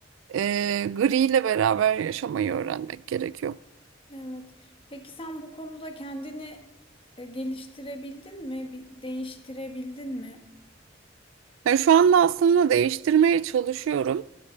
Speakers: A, on the right (about 80°); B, on the left (about 30°).
A: e, gri ile beraber yaşamayı öğrenmek gerekiyor.
B: evet. Peki sen bu konuda kendini e, geliştirebildin mi? Bir değiştirebildin mi?
A: Yani şu anda aslında değiştirmeye çalışıyorum.